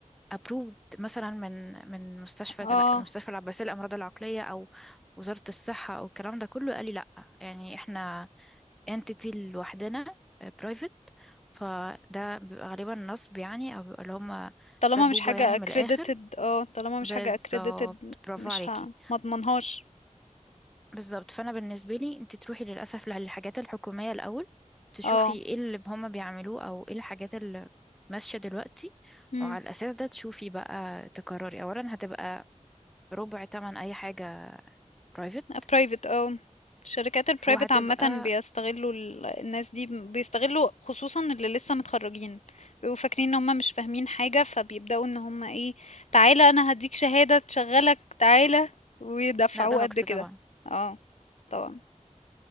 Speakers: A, in the centre; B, on the left.
A: approved مثلا من من مستشفى
B: اه
A: الع- مستشفى العباسية للأمراض العقلية أو وزارة الصحة أو الكلام ده كله قال لي لأ يعني احنا entity لوحدنا آه، private فده بيبقى غالبا نصب يعني أو بيبقى اللي هما
B: طالما
A: سبوبة
B: مش حاجة
A: يعني من
B: accredited
A: الآخر
B: اه طالما مش
A: بالظبط
B: حاجة accredited
A: برافو
B: مش
A: عليكي
B: ه... ما اضمنهاش
A: بالظبط فانا بالنسبه لي انت تروحي للاسف للحاجات الحكوميه الاول تشوفي
B: اه
A: ايه اللي هما بيعملوه او ايه الحاجات اللي ماشيه دلوقتي
B: امم
A: وعلى الاساس ده تشوفي بقى تقرري اولا هتبقى ربع تمن اي حاجه برايفت
B: private اه الشركات البرايفت
A: وهتبقى
B: عامة بيستغلوا ال- الناس دي بيستغلوا خصوصا اللي لسه متخرجين بيبقوا فاكرين ان هم مش فاهمين حاجة فبيبدأوا ان هم ايه تعالى انا هديك شهادة تشغلك تعالى ويدفعوه
A: لا ده هوكس
B: قد كده
A: طبعا
B: اه طبعا